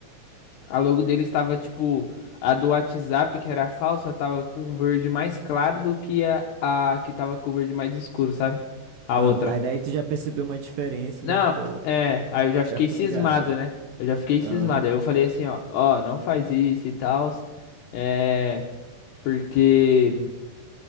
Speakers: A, on the left (about 70°); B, on the right (about 65°).
A: a logo deles tava, tipo, a do WhatsApp, que era falsa, tava com um verde mais claro do que a, a que tava com o verde mais escuro, sabe? A
B: Ah,
A: outra.
B: aí daí tu já percebeu uma diferença
A: Não,
B: e já ficou,
A: é, aí eu já fiquei
B: já ficou
A: cismado,
B: ligado.
A: né? Eu já fiquei cismado.
B: Aham,
A: Aí eu falei assim, ó, ó, não faz isso e tal. É, porque